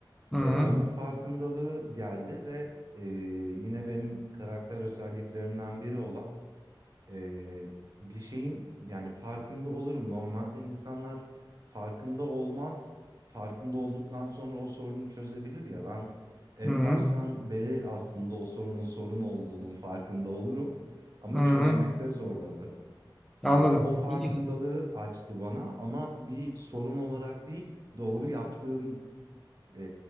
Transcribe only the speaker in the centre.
Hı,
hı,
hı,
anladım.
İyi,